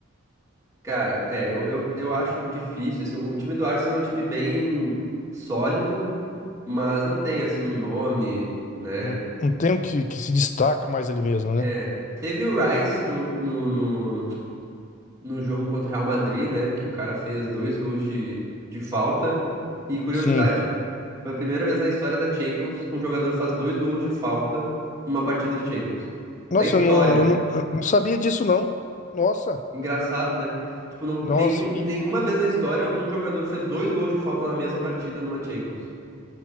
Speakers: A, on the right; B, on the left.
A: Cara, é, eu, eu, eu acho difícil, assim, o time do Arsenal é um time bem sólido, mas não tem, assim, um nome, né?
B: Não não tem um que, que se destaca mais ele mesmo, né?
A: É, teve o Rice no, no, num jogo contra o Real Madrid, né? Que o cara fez dois gols de, de falta. E curiosidade,
B: Sim.
A: foi a primeira vez na história da Champions que um jogador faz dois gols de falta numa partida de Champions.
B: Nossa,
A: Na história.
B: eu não, eu não, eu não sabia disso, não. Nossa.
A: Engraçado, né? Tipo, não,
B: Nossa.
A: nenhum, nenhuma vez na história um jogador fez dois gols de falta na mesma partida numa Champions.